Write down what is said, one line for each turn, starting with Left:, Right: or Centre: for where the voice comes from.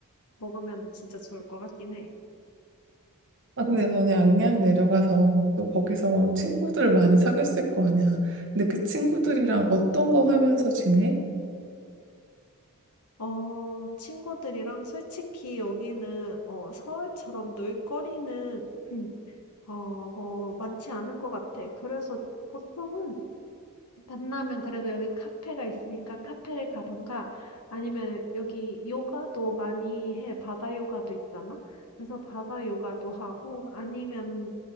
Left: 먹으면은 진짜 좋을 것 같긴 해.
Right: 아 근데 너는 양양 내려가서 또 거기서 친구들 많이 사귀었을 거 아니야. 근데 그 친구들이랑 어떤 거 하면서 지내?
Left: 어, 친구들이랑 솔직히 여기는 어, 서울처럼 놀거리는 <clears throat> 어 뭐 많지 않은 것 같아. 그래서 보통은 만나면 그래도 여기 카페가 있으니까 카페를 가던가 아니면 여기 요가도 많이 해. 바다 요가도 있잖아. 그래서 바다 요가도 하고 아니면